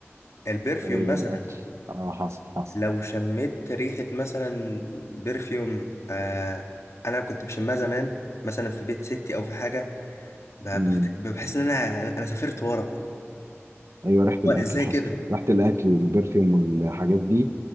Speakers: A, on the left; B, on the right.
A: البرفيوم
B: <laughs> ايوه
A: مثلا
B: الاكل اه حصل حصل
A: لو شميت ريحة مثلا برفيوم آه أنا كنت بشمها زمان مثلا في بيت ستي أو في حاجة ب-
B: مم.
A: بفت- بحس إن أنا أنا أنا سافرت ورا
B: ايوه ريحه
A: هو
B: الاكل
A: إزاي
B: حصل
A: كده
B: ريحه الاكل والبرفيوم والحاجات دي